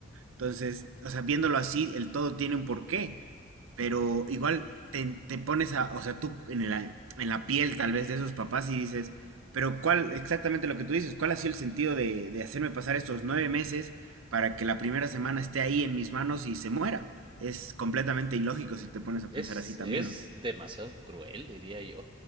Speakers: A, on the right; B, on the right.
A: Entonces, o sea, viéndolo así, el todo tiene un porqué, pero igual te, te pones a, o sea, tú en la, en la piel tal vez de esos papás y dices, pero ¿cuál, exactamente lo que tú dices, cuál ha sido el sentido de, de hacerme pasar estos nueve meses para que la primera semana esté ahí en mis manos y se muera? Es completamente ilógico si te pones a
B: Es,
A: pensar así también,
B: es
A: ¿no?
B: demasiado cruel, diría yo.